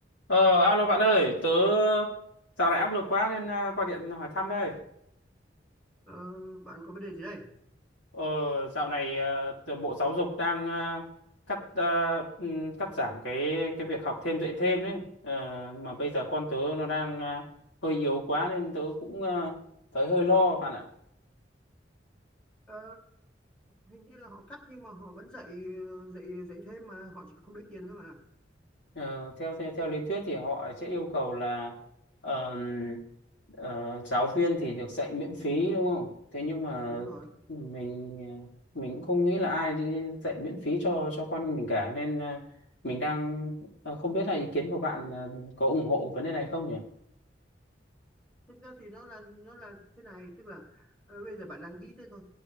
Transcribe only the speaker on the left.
Ờ, alo bạn ơi, tớ dạo này áp lực quá nên à, gọi điện hỏi thăm đây.
Ờ, dạo này à, tờ- Bộ Giáo dục đang à, cắt à, ừm, cắt giảm cái cái việc học thêm dạy thêm đấy. Ờ, mà bây giờ con tớ nó đang à, hơi yếu quá nên tớ cũng à, thấy hơi lo bạn ạ.
Ờ, theo theo theo lý thuyết thì họ sẽ yêu cầu là ờm, ờ, giáo viên thì được dạy miễn phí đúng không? Thế nhưng mà
mình ờ, mình cũng không nghĩ là ai đi dạy miễn phí cho cho con mình cả nên ờ, mình đang ờ, không biết là ý kiến của bạn ờ, có ủng hộ vấn đề này không nhỉ?